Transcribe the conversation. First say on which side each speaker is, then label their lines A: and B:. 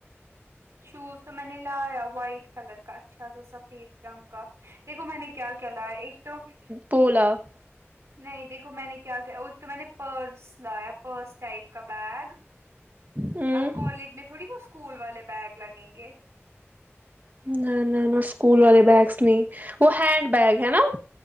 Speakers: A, on the right (about 85°); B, on the right (about 40°).
A: شوز تو میں نے لایا وائٹ کلر کا اچھا جو سفید رنگ کا دیکھو میں نے کیا کیا لایا ہے ایک تو
B: تو لا <inaudible>
A: نہیں دیکھو میں نے کیا کیا وہ تو میں نے پرس لایا پرس ٹائپ کا بیگ
B: ہ
A: اب کالج میں تھوڑی وہ اسکول والے بیگ لگیں گے
B: نہ نہ نہ اسکول والے بیگس نہیں وہ ہینڈ بیگ ہے نا